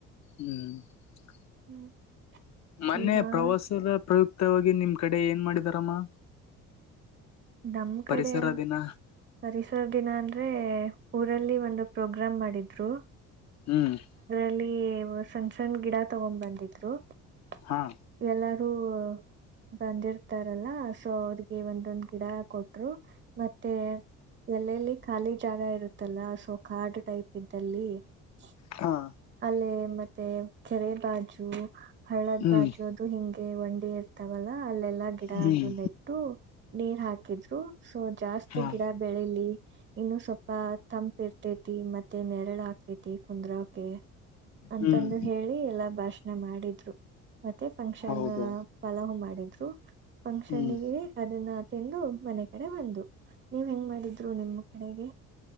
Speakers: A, on the left; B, on the right.
A: ಹ್ಮ್. <inaudible>
B: ಹ್ಮ್. <inaudible>
A: ಮೊನ್ನೆ
B: ಇವಾಗ
A: ಪ್ರವಾಸದ ಪ್ರಯುಕ್ತವಾಗಿ! ನಿಮ್ ಕಡೆ ಏನ್ ಮಾಡಿದಾರಮ್ಮ? <inaudible>
B: ನಮೂ, ಕಡೆ
A: ಪರಿಸರ ದಿನ
B: ಪರಿಸರ ದಿನ ಅಂದ್ರೆ, ಉ.. <inaudible> ನಮ್ಮೂರಲ್ಲಿ, ಒಂದು ಪ್ರೋಗ್ರಾಮ್ ಮಾಡಿದ್ರು? <inaudible>
A: ಹ್ಮ್. <inaudible>
B: ಇಲ್ಲಿ, ಸಣ್ ಸಣ್ ಗಿಡ ತಗೊಂಡ್ ಬಂದಿದ್ರು. <inaudible>
A: ಹಾ
B: ಎಲ್ಲಾರೂ? <inaudible> ಬಂದಿರ್ತಾರಲ್ಲ, ಸೊ, ಅವ್ರಿಗೆ ಒಂದೊಂದ್ ಗಿಡ ಕೊಟ್ರು, ಮತ್ತೆ? <inaudible> ಎಲ್ಲೆಲ್ಲಿ, ಖಾಲಿ ಜಾಗ ಇರುತ್ತಲ್ಲ! ಸೊ ಕಾರ್ಡ್ ಟೈಪ್ ಇದ್ದಲ್ಲಿ? <inaudible>
A: ಹಾ
B: ಅಲೆ, ಮತ್ತೆ ಕೆರೆ, ಬಾಜು? <inaudible> ಹಳ್ಳದ್,
A: ಹ್ಮ್
B: ಬಾಜೋದು, ಹಿಂಗೆ, ವಂಡಿ ಇರ್ತಾವಲ್ಲ ಅಲ್ಲೆಲ್ಲಾ? ಗಿಡ
A: ಹ್ಮ್
B: ಅದ ನೆಟ್ಟು, ನೀರು, ಹಕ್ಕು. <inaudible> ಹಾಕಿದ್ರು, ಸೊ ಜಾಸ್ತಿ
A: ಹಾ
B: ಗಿಡ ಬೆಳಿಲಿ? ಇನ್ನು ಸ್ವಲ್ಪ ತಂಪು, ಇರ್ತಿ. <inaudible> ಮತ್ತೆ, ನೆರಳು ಹಾಕ್ತೇತಿ! ಕುಂದ್ರೋಕ ಅಂತಂದು
A: ಹ್ಮ್
B: ಹೇಳಿ ಎಲ್ಲಾ ಭಾಷಣ ಮಾಡಿ? <inaudible> ಮಾಡಿದ್ರು, ಮತ್ತೆ ಫಂಕ್ಷನ್
A: ಹೌದು
B: ಪಲವು, ಮಾಡಿದ್ರು? <inaudible> ಫಂಕ್ಷನ್ಗೆ
A: ಹ್ಮ್
B: ಅದನ್ನ? <inaudible> ತಿಂದು ಮನೆ ಕಡೆ ಬಂದು, ನೀವ್, ಹೆಂಗ್ ಮಾಡಿದ್ರು! ನಿಮ್ಮ ಕಡೆಗೆ? <inaudible>